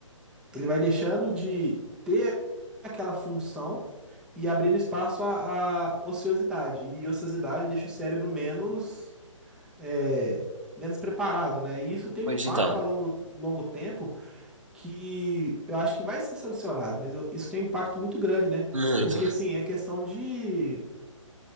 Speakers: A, in the centre; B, on the right (about 70°).
A: Ele vai deixando de ter aquela função e abrindo espaço à, à ociosidade. E ociosidade deixa o cérebro menos, é, menos preparado, né? E isso tem
B: Pois
A: um impacto
B: então,
A: a longo, longo tempo que eu acho que vai ser solucionado, mas eu- isso tem um impacto muito grande, né?
B: muito.
A: Porque, assim, é questão de